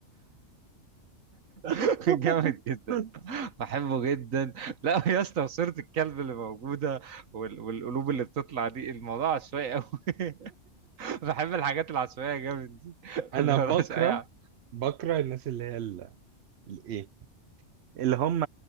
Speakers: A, on the right; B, on the right.
A: <laughs>
B: <laughs>
A: جامد جدا بحبه جدا لا يا اسطى صورة الكلب اللي موجودة وال... والقلوب اللي بتطلع دي الموضوع عشوائي قوي <laughs> بحب الحاجات العشوائية جامد دي <laughs>
B: انا
A: اللي هو
B: بكره
A: العشوائية
B: بكره الناس اللي هي ال- الايه اللي هم